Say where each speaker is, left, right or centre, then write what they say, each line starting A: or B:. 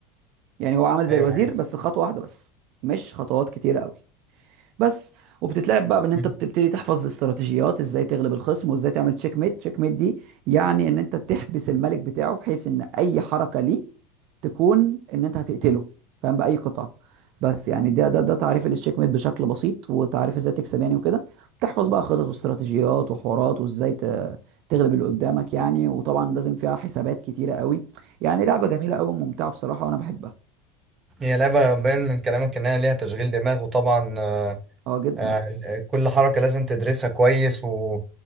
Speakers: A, on the right; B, on the right.
A: يعني هو عامل زي
B: أيوة
A: الوزير
B: معاك
A: بس خطوه واحده بس مش خطوات كتيره قوي بس وبتتلعب بقى بان انت
B: مم.
A: بتبتدي تحفظ استراتيجيات ازاي تغلب الخصم وازاي تعمل تشيك ميت تشيك ميت دي يعني ان انت تحبس الملك بتاعه بحيث ان اي حركة ليه تكون ان انت هتقتله فاهم بأي قطعة بس يعني ده ده ده تعريف للتشيك ميت بشكل بسيط وتعريف ازاي تكسب يعني وكده تحفظ بقى خطط واستراتيجيات وحوارات وازاي ت- تغلب اللي قدامك يعني وطبعا لازم فيها حسابات كتيرة قوي يعني لعبة جميلة قوي وممتعة بصراحة وانا بحبها
B: هي لعبة باين من كلامك إنها ليها تشغيل دماغ وطبعا
A: اه جدا
B: آه، كل حركة لازم تدرسها كويس و